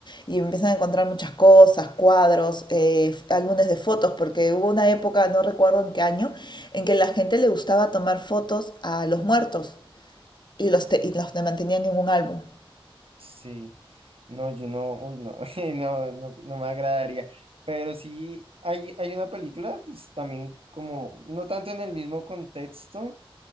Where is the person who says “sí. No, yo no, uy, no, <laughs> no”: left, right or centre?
Right